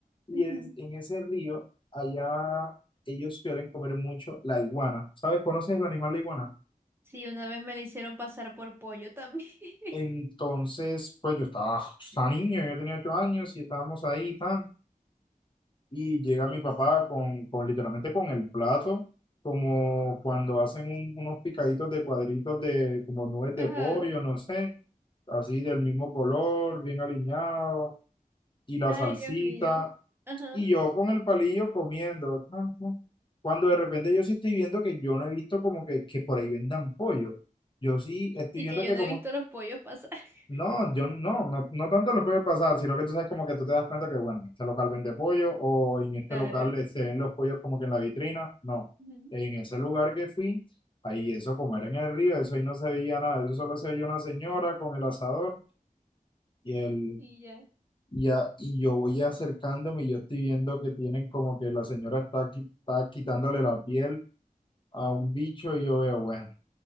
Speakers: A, on the left; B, on the right.
A: Y
B: ujú.
A: es, en ese río, allá ellos suelen comer mucho la iguana. ¿Sabes? ¿Conoces el animal la iguana?
B: Sí, una vez me la hicieron pasar por pollo también. <laughs>
A: Entonces, pues yo estaba, estaba niño, yo tenía ocho años y estábamos ahí y tal. Y llega mi papá con, con literalmente con el plato, como cuando hacen un- unos picaditos de cuadritos de como nubes de
B: Ajá.
A: pollo, no sé, así del mismo color, bien alineado, y la
B: Ay,
A: salsita,
B: Dios mío. Ajá.
A: y yo con el palillo comiendo. tan, tan. Cuando de repente yo sí estoy viendo que yo no he visto como que, que por ahí vendan pollo. Yo sí estoy
B: Y
A: viendo
B: que yo
A: que
B: no
A: como
B: he visto los pollos pasar. <laughs>
A: no, yo no, no, no tanto les puede pasar, sino que tú sabes como que tú te das cuenta que, bueno, en este local vende pollo o en este
B: Claro.
A: local eh, se ven los pollos como que en la vitrina. No,
B: ujú,
A: en ese lugar que fui, ahí eso como era en el río, eso ahí no se veía nada, eso solo se veía una señora con el asador y el,
B: Y ya.
A: y, a- y yo voy acercándome y yo estoy viendo que tienen como que la señora está, qui- está quitándole la piel a un
B: ujú.
A: bicho y yo veo, bueno,